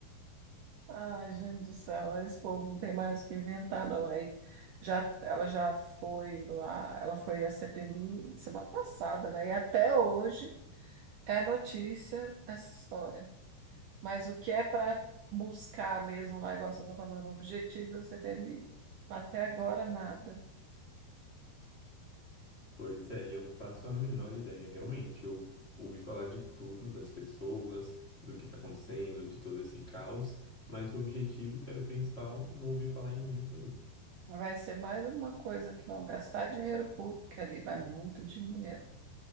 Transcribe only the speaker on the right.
Ai, gente do céu, esse povo não tem mais o que inventar, não. Aí já, ela já foi lá, ela foi à CPMI semana passada, né? E até hoje é notícia essa história. Mas o que é para buscar mesmo lá, igual você está falando, o objetivo da CPMI, até agora nada.
Vai ser mais uma coisa que vão gastar dinheiro público, que ali vai muito dinheiro,